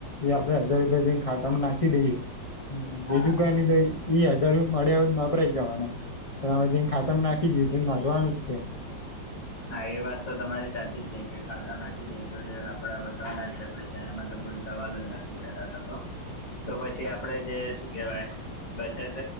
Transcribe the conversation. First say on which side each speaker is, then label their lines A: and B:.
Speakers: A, on the left; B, on the left.
A: એ આપડે હજાર રૂપિયા જેઈને ખાતામાં નાખી દઈએ
B: હા
A: એજુ ક ની તો એઈ હજાર મળ્યાદ વાપરાય જવાના. મે જેને ખાતમ નાખી દી તો વધવાનું જ છે.
B: હા એ વાત તો તમારી સાચી જ છે કે ખાતા નાખી દેએ તો એ આપડા વધવાના જ છે. પ એમાં તો કોઈ સવાલ જ નથી પેદા થતો તો પછી આપડે જે શું કેહેવાય બચત